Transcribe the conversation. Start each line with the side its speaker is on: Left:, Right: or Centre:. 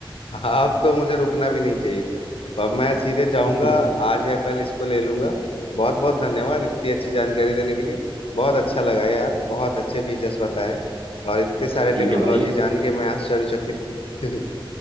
Left: आप तो मुझे रुकना भी नहीं चाहिए अब मैं सीधे जाऊंगा
Right: <laughs>
Left: आज या कल इसको ले लूंगा बहुत बहुत धन्यवाद इतनी अच्छी जानकारी देने के लिए बहुत अच्छा लगा यार बहुत अच्छे फीचर्स बताए और इतने सारे
Right: ठीक
Left: टेक्नोलॉजी
Right: है भाई अ-
Left: जान के मैं आश्चर्यचकित हूँ <laughs>